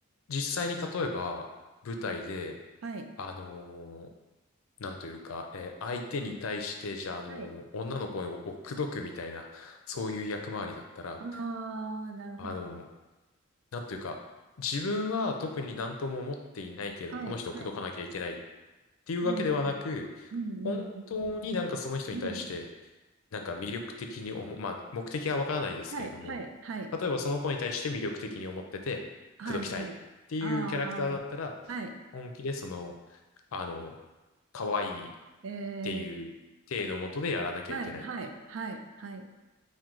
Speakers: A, on the left; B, on the right.
A: 実際に例えば、舞台で、
B: はい、
A: あのーなんというか、えー相手に対して、じゃあ、あのー女の子をを口説くみたいな、
B: はい、
A: そういう役回りだったら、
B: あー、なるほど。
A: あのーなんというか、自分は特に何とも思っていないけれども、
B: はい、
A: この人を口説かなきゃいけないっ
B: はい、
A: ていうわけではなく、
B: うん、うん、うん、
A: 本当になんかその人に対して、
B: うん、うん、うん
A: なんか魅力的に思う、まあ、目的はわからないですけれども、
B: はい、はい、はい、
A: 例えばその子に対して魅力的に思ってて、
B: はい、
A: 口説きたいっていうキャラクターだったら、
B: はい、あー、はい、
A: 本気でその、あの、可愛いっていう体のもとでやらなきゃいけないっていう、
B: えーはい、はい、はい、はい。